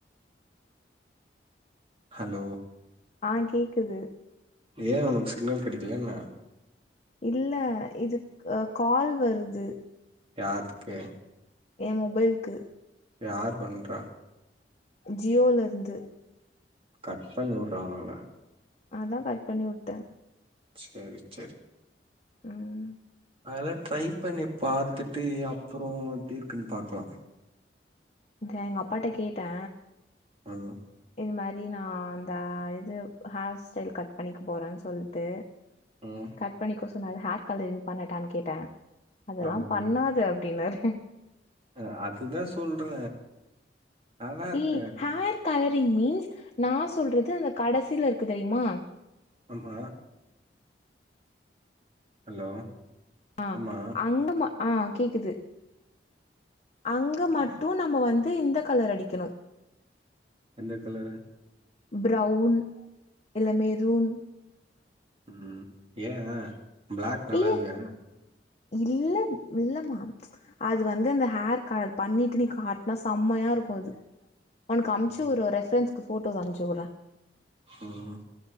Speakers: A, on the right; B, on the left.
A: ஹலோ
B: ஆ கேக்குது
A: ஏன் உனக்கு சிக்னல் கிடைக்கலயா என்ன
B: இல்ல இதுக்கு கால் வருது
A: யாத்கே
B: ஏ மொபைல்கு
A: யார் பண்றா
B: ஜியோல இருந்து
A: கட் பண்ணிவுட்றா ஆவணுங்கள
B: அதா கட் பண்ணி உட்டே
A: சேரி சேரி
B: ஆ
A: அதெல்லா ட்ரை பண்ணி பாத்துட்டு அப்புறோ எப்டி இருக்குன்னு பாக்கலா
B: நா எங்க அப்பாட்ட கேட்டே
A: ம்
B: இந்த மாரி நான் அந்த இது ஹேர் ஸ்டைல் கட் பண்ணிக்க போறேன்னு சொல்ட்டு
A: ம்
B: கட் பண்ணிக்கோ சொன்னாரு ஹேர் கலரிங் பண்ணட்டான்னு கேட்டே அதெல்லா
A: காது வலி
B: பண்ணாத அப்டின்னாரு
A: அ அதுதா சொல்றே நல்லா இருக்காது
B: ஏ ஹேர் கலரிங் மீன்ஸ் நா சொல்றது அந்த கடைசியில இருக்கு தெரியுமா
A: ஆமா ஹலோ
B: அ
A: ஆமா
B: அங்கமா அ கேக்குது அங்க மட்டு நம்ப வந்து இந்த கலர் அடிக்கணு
A: எந்த கலரு
B: பிரவுன் இல்ல மெருன்
A: ம் ஏன் பிளாக் நல்லாயில்லயா
B: ஏய இல்ல இல்ல மா அது வந்து அந்த ஹேர் கலர் பண்ணிட்டு நீ காட்னா செம்மையா இருக்கு அது ஒனக்கு அம்ச்சு
A: ம்
B: உட்ற ரெஃபரன்ஸ்கு போட்டோஸ் அனுப்ச்சு உட்றே
A: ம் ம்